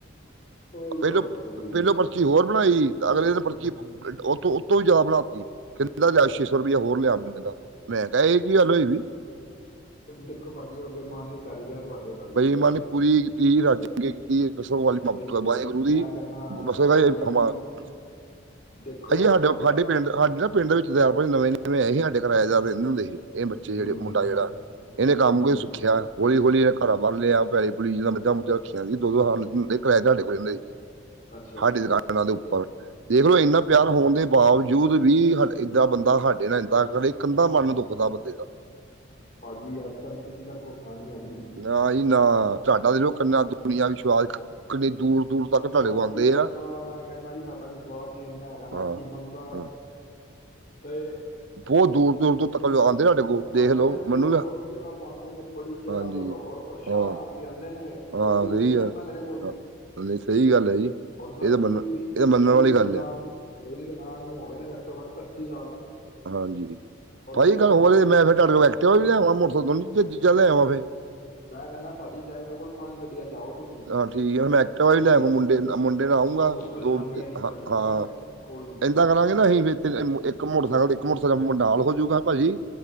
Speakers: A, on the left (about 40°); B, on the right (about 70°).
A: ਉਹ
B: ਪਹਿਲੋਂ
A: ਬਸ
B: ਪਹਿਲੋਂ
A: ਜਿਹੇ ਹੀ
B: ਪਰਚੀ ਹੋਰ ਬਣਾਈ ਅਗਲੇ ਦਿਨ ਪਰਚੀ
A: ਹੂੰ
B: ਉੱਥੋਂ ਉੱਤੋਂ ਵੀ ਜ਼ਿਆਦਾ ਬਣਾ ਤ ਕਿਹਿੰਦਾ ਜਾ ਛੇ ਸੌ ਰੁਪਇਆ ਹੋਰ ਲਿਆ ਨੂੰ ਕਹਿੰਦਾ ਮੈਂ ਕਿਹਾ ਇਹ
A: ਅੱਛਾ
B: ਚੀ ਗੱਲ ਹੋਈ ਵੀ।
A: ਦੇਖੋ ਭਾਜੀ ਉਹ ਬੇਈਮਾਨੀ ਕਰ ਗਿਆ ਤੁਹਾਡੇ ਨਾਲ
B: ਮਾਂ ਨੇ ਪੂਰੀ ਕੀ ਰਾਜ ਕੀਤੀ ਕਸਮ ਵਾਲੀ
A: ਬਿਲਕੁਲ
B: ਵਾਹਿਗੁਰੂ ਦੀ
A: ਮੈਂ ਕਹਿੰਦਾ
B: <unintelligible>
A: ਭਾਜੀ ਦੇਖੋ
B: ਅਜੀ ਸਾਡਾ
A: ਅਗਰ
B: ਸਾਡੇ
A: ਆਪ
B: ਪਿੰਡ ਸਾਡੇ ਨਾ ਪਿੰਡ ਵਿੱਚ ਦਰਾਰਾ ਨਵੇਂ-ਨਵੇਂ ਆਏ ਸੀ, ਸਾਡੇ ਕਿਰਾਏਦਾਰ ਰਹਿੰਦੇ ਹੁੰਦੇ ਸੀ ਇਹ ਬੱਚੇ
A: ਹੂੰ
B: ਜਿਹੜੇ ਮੁੰਡਾ ਜਿਹੜਾ ਇਹਨੇ ਕੰਮ
A: ਹੂੰ
B: ਕੋਈ ਸੱਖਿਆ ਹੌਲੀ-ਹੌਲੀ ਇਹਨਾਂ ਘੜਾ ਬੰਨ ਲਿਆ, ਬੈਲੀ ਬੂਲੀ ਜਦ ਮਿੱਧਾਂ ਮੱਝ ਰੱਖੀਆਂ ਸੀ। ਦੋ ਦੋ ਸੁੰ ਕਿਰਾਏ ਤੁਹਾਡੇ ਕ
A: ਅੱਛਾ
B: ਸਾਡੀ ਦੁਕਾਨਾਂ ਦੇ ਉੱਪਰ, ਦੇਖਲੋ ਇੰਨਾ
A: ਅੱਛਾ
B: ਪਿਆਰ ਹੋਣ ਦੇ ਬਾਵਜੂਦ ਵੀ ਏਦਾਂ ਬੰਦਾ ਸਾਡੇ ਨਾਲ ਇੱਦਾਂ ਕਰੇ ਕੰਧਦਾ ਮਨ ਦੁਖਦਾ ਬੰਦੇ ਦਾ।
A: ਭਾਜੀ, ਅੱਜ-ਕੱਲ੍ਹ ਕਿਸੇ ਦਾ ਭਰੋਸਾ ਨੀ ਏ ਜੀ।
B: ਨਾ ਜੀ ਨਾ, ਤੁਹਾਡਾ ਦੇਖ ਕਿੰਨਾ ਦੁਨੀਆ ਵਿਸ਼ਵਾਸ ਕਿੰਨੀ ਦੂਰ ਦੂਰ ਤੱਕ ਤੁਹਾਡੇ
A: ਭਾਜੀ
B: ਕੋਲ ਆਉਂਦੇ
A: ਆਪਾਂ
B: ਆ
A: ਮੈਂ ਕਹਿੰਣਾ ਜੀ ਸਾਡਾ ਵਿਸ਼ਵਾਸ ਹੀ ਇੰਨਾ ਹੈਗਾ ਨਾ
B: ਹਾਂ
A: ਕਿ ਬੰਦਾ
B: ਹਾਂ
A: ਕਏ
B: ਬਹੁਤ ਦੂਰ-ਦੂਰ-ਦੂਰ ਤੱਕ ਲੋਕ ਆਂਦੇ ਤੁਹਾਡੇ ਕੋਲ
A: ਭਾਜੀ
B: ਦੇਖ ਲਓ
A: ਮੇਰੇ ਕੋਲ
B: ਮੈਨੂੰ ਨਾ
A: ਬੜੀ ਜਗ੍ਹਾ ਤੋਂ ਆਂਦੇ ਨੇ, ਬੜੀ ਜਗ੍ਹਾ
B: ਹਾਂਜੀ
A: ਤੋਂ ਲੋਗ ਔਰ ਪਰੇਸ਼ਾਨ
B: ਹਾਂ
A: ਹੋ ਕੇ ਹੀ ਏ ਆਂਦੇ ਨੇ।
B: ਹਾਂ
A: ਕੋਈ ਉਵੇਂ
B: ਸਹੀ
A: ਨਹੀਂ
B: ਆ
A: ਆਂਦਾ ਮੇਰੇ ਕੋਲ
B: ਹਾਂ, ਨਹੀਂ ਸਹੀ ਗੱਲ ਹੈ ਜੀ
A: ਔਰ ਸਾਡੀ
B: ਇਹ ਤਾਂ ਮੰਨ ਇਹ
A: ਵੀ
B: ਤਾਂ ਮੰਨਣ
A: ਮੇਰੀ
B: ਵਾਲੀ ਗੱਲ
A: ਦੁਕਾਨ
B: ਆ
A: ਮੇਰੀ ਦੁਕਾਨ ਨੂੰ ਹੋ ਗਏ ਨੇ ਘੱਟੋ-ਘੱਟ ਪੱਚੀ ਸਾਲ
B: ਹਾਂਜੀ,
A: ਔਰ
B: ਭਾਈ
A: ਮੇਰਾ
B: ਜੀ ਇੱਕ ਗੱਲ
A: ਹੁਨਰ
B: ਹੋਰ ਮੈਂ ਫਿਰ ਤੁਹਾਡੇ ਕੋਲ ਐਕਟਿਵਾ ਵੀ ਲਿਆਵਾਂ, ਮੋਟਰਸਾਈਕ ਦੋਨੋਂ ਚੀਜ਼ਾਂ ਲੈਵਾਂ ਫਿਰ
A: ਮੈਂ ਕਹਿੰਦਾ ਭਾਜੀ ਚਾਹੇ ਮੇਰੇ ਕੋਲ ਪੰਜ ਗੱਡੀਆਂ ਲੈਓ। ਤੁਸੀਂ
B: ਹਾਂ ਠੀਕ ਆ ਮੈਂ ਐਕਟਵਾ
A: ਕੋਈ
B: ਵੀ ਲੈਂਗਾ,
A: ਦਿ
B: ਮੁੰਡੇ ਮੁੰਡੇ ਨਾਲ ਆਊਂਗਾ
A: ਕੋਈ ਪਰੇਸ਼ਾਨੀ
B: ਦੋ
A: ਵਾਲੀ ਗੱਲ
B: ਹ
A: ਨਹੀਂ
B: ਹਾਂ।
A: ਹੈ ਕੋਈ
B: ਏਦਾਂ ਕਰਾਂਗੇ ਨਾ ਅਸੀਂ ਫਿਰ ਇੱਕ ਮੋਟਰਸਾਈਕਲ,
A: ਹਾਂਜੀ
B: ਇੱਕ ਮੋਟਰਸਾਈਕਲ ਮੁੰਡਾ ਨਾਲ ਹੋਜੂਗਾ ਭਾਜੀ